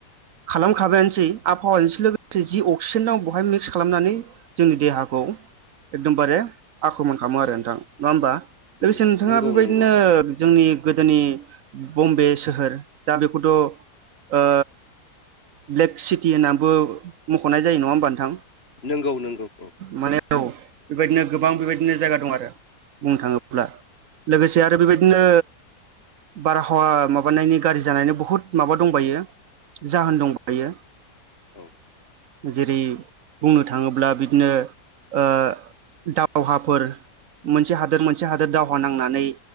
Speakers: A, on the right; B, on the left.
A: खालामखाबायानोसै आबहावाजोंसो लोगोसे जि अक्सिजेन नांगौ बेहाय मिक्स खालामनानै जोंनि देहाखौ एकदमबारे आख्रमन खालामो आरो नोंथां, नङा होमबा?
B: उम
A: लोगोसे नोंथाङा
B: नंगौ
A: बेबायदिनो
B: नंगौ
A: जोंनि गोदोनि बम्बे सोहोर दा बेखौथ' ओ ब्लेक सिटि होननानैबो मख'नाय जायो नङा होमबा नोंथां?
B: नंगौ नंगौ औ
A: माने औ बेबायदिनो गोबां बेबायदिनो जायगा दं आरो। बुंनो थाङोब्ला लोगोसे आरो बेबायदिनो बारहावा माबानायनि गारजि जानायनि बहुत माबा दंबायो जाहोन दंबायो
B: औ
A: जेरै बुंनो थाङोब्ला बिदिनो ओ दावहाफोर मोनसे हादोर मोनसे हादोर दावहा नांनानै